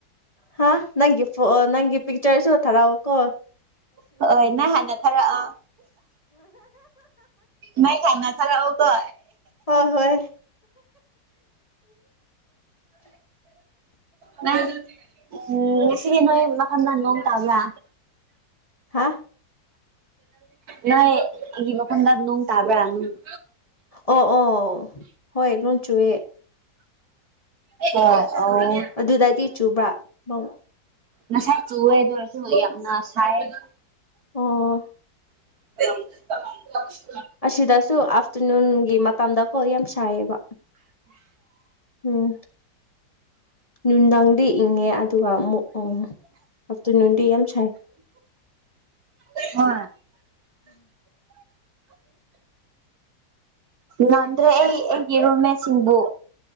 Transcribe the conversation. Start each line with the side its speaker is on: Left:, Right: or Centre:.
Left: ꯍꯥꯥ ꯅꯪꯒꯤ ꯐ ꯅꯪꯒꯤ ꯄꯤꯛꯆꯔꯁꯨ ꯊꯔꯑꯣ ꯀꯣꯣꯟ
Right: ꯍꯅ ꯍꯥꯟꯅ ꯊꯔ ꯑ ꯅ ꯈꯥꯟꯅ ꯊꯔ ꯑꯣꯒ
Left: ꯍꯣꯏ ꯍꯣꯏ <unintelligible>
Right: ꯃ ꯎꯝ ꯉꯁꯤꯗꯤ ꯅꯣꯏ ꯃꯈꯜ ꯂꯍꯥꯟ ꯂꯣꯡ ꯇꯥꯕ꯭ꯔꯥ
Left: ꯍꯥ
Right: ꯅꯦ ꯏꯃꯀꯟ ꯑꯗꯨ ꯅꯅꯨꯡ ꯇꯥꯕꯅꯅꯨꯡ
Left: ꯑꯣ ꯑꯣ ꯍꯣꯏ ꯂꯣꯟ ꯆꯨꯋꯦ
Right: ꯑ
Left: ꯑꯗꯨꯗꯗꯤ ꯆꯨꯕ꯭ꯔꯥ ꯅꯣꯡ
Right: ꯉꯁꯥꯏ ꯆꯨꯋꯦꯗ ꯑꯣꯏꯔꯁꯨ ꯌꯥꯝꯅ ꯁꯥꯏ
Left: ꯑꯣ
Right: <unintelligible>
Left: ꯑꯁꯤꯗꯁꯨ ꯑꯥꯐꯇꯔꯅꯨꯟꯒꯤ ꯃꯇꯝꯗꯀꯣ ꯌꯥꯝ ꯁꯥꯏꯌꯦꯕ ꯎꯝ ꯅꯨꯡꯊꯪꯗꯤ ꯏꯪꯉꯦ ꯑꯗꯨꯒ ꯑꯃꯨꯛ ꯑꯣ ꯑꯐꯇꯔꯅꯨꯟ ꯇꯤ ꯑꯦꯝꯁ
Right: ꯍ ꯅꯟ꯭ꯔꯦ ꯑꯩ ꯑꯩ ꯏꯔꯣꯃꯦ ꯁꯤꯕꯨ